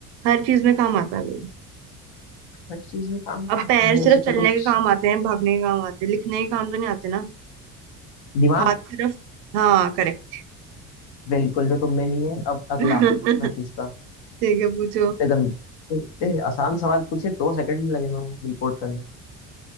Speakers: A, on the right (about 80°); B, on the left (about 75°).
A: हर चीज में काम आता है वो
B: हर चीज में काम क्या
A: अब
B: होता
A: पैर
B: है वैसे
A: सिर्फ चलने
B: तो कुछ
A: के काम आते हैं भागने के काम आते हैं लिखने के काम तो नहीं आते ना
B: दिमाग
A: हाथ सिर्फ हाँ करेक्ट
B: बिल्कुल जो तुम में नहीं है अब अगला
A: <laughs>
B: मैं पूछता
A: ठीक है पूछो
B: इतने गंद इतने आसान सवाल पूछे दो सेकंड नहीं लगे मैं वो रिपोर्ट करने में।